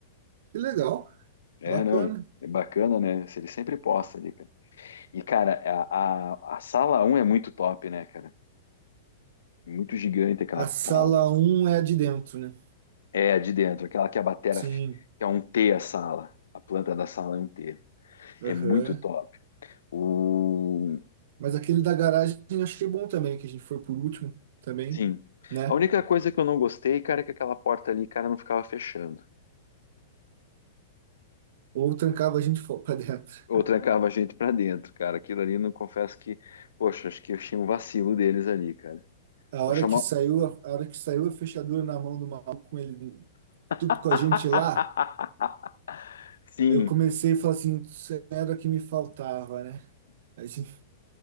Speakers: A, on the right (about 50°); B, on the left (about 65°).
A: Que legal.
B: É,
A: Bacana.
B: não, é bacana, né? Se ele sempre posta ali, cara. E, cara, a, a, a sala um é muito top, né, cara? Muito gigante aquela
A: A sala
B: sala.
A: um é a de dentro, né?
B: É, a de dentro, aquela que a batera,
A: Sim.
B: f- que é um T a sala. A planta da sala é um T. É
A: Aham.
B: muito top. O...
A: Mas aquele da garagem eu achei bom também, que a gente foi por último também,
B: Sim.
A: né?
B: A única coisa que eu não gostei, cara, é que aquela porta ali, cara, não ficava fechando.
A: Ou trancava a gente fo- pra dentro.
B: Ou trancava a gente pra dentro, cara. Aquilo ali, não confesso que, poxa, acho que eu tinha um vacilo deles ali, cara.
A: A
B: Só
A: hora
B: chamar.
A: que saiu, a, a hora que saiu a fechadura na mão do maluco com ele,
B: <laughs>
A: tudo com a gente lá.
B: Sim,
A: Eu comecei a falar assim, isso é era o que me faltava, né? A gente,